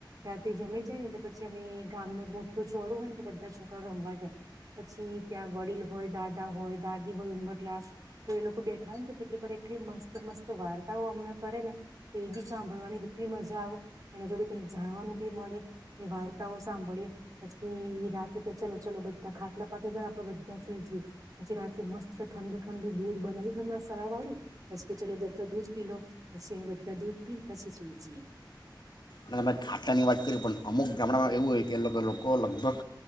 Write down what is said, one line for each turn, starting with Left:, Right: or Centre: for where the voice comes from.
Right: રાતે જમી જાય ન એટલે પછી અમે ગામ મોટો શો-રૂમ ને બધા છોકરા રમવા જાય, પછી ત્યાં વડીલ હોય, દાદા હોય, દાદી હોય ઉંમર કલાસ, તો એ લોકો બેઠા હોય ને તો કેટલીક એટલી મસ્ત મસ્ત વાર્તાઓ અમને કરે ને, તો એ બી સાંભળવાની કેટલી મજા આવ, એના જોડે કંઈક જાણવાનું બી મળે, એ વાર્તાઓ સાંભળીએ, પછી એ રાતે કે ચલો ચલો બધા ખાટલા પથરી દો ન આપડે બધા સુઈ જીએ, પછી રાતે મસ્ત ઠંડુ ઠંડુ દૂધ બનાવી દે મસાલા વાળું. પછી કે ચલો દત્તો દૂધ પી લો, પછી અહીં બધા દૂધ પીને પછી સુઈ જીએ.
Left: અને તમે ખાટાની વાત કરી પણ અમુક ગામડામાં એવું હોય કે એ લોકો-લોકો લગભગ,